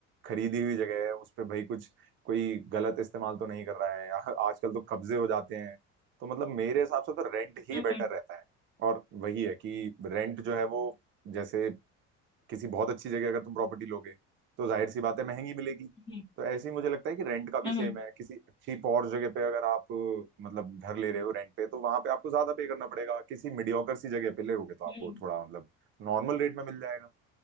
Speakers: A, on the right; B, on the left.
A: खरीदी हुई जगह है उस पे भाई कुछ कोई गलत इस्तेमाल तो नहीं कर रहा है या आजकल तो कब्जे हो जाते हैं तो मतलब मेरे हिसाब से तो रेंट ही
B: हम्म
A: बेटर
B: हम्म
A: रहता है और वही है कि रेंट जो है वो जैसे किसी बहुत अच्छी जगह अगर तुम प्रॉपर्टी लोगे तो जाहिर सी बात है महंगी मिलेगी
B: हम्म
A: तो ऐसे ही मुझे लगता है कि रेंट का भी
B: हम्म,
A: सेम
B: हम्म,
A: है किसी अच्छी और जगह पे अगर आप अ, मतलब घर ले रहे हो रेंट पे तो वहां पे आपको ज्यादा पे करना पड़ेगा किसी मीडियोकर सी जगह पे ले होगे तो आपको
B: हम्म।
A: थोड़ा मतलब नॉर्मल रेट में मिल जाएगा